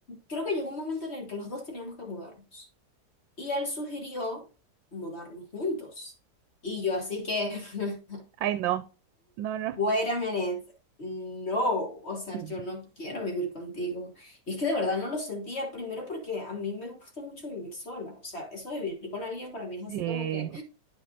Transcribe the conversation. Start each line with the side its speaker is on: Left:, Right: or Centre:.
Left: creo que llegó un momento en el que los dos teníamos que mudarnos. Y él sugirió mudarnos juntos. Y yo así que, <laughs>
Right: Ay, no, no, no.
Left: wait a minute, no, o sea,
Right: <laughs>
Left: yo no quiero vivir contigo. Y es que de verdad no lo sentía, primero porque a mí me gusta mucho vivir sola. O sea, eso de vivir con alguien para mí es así
Right: Sí.
Left: como que...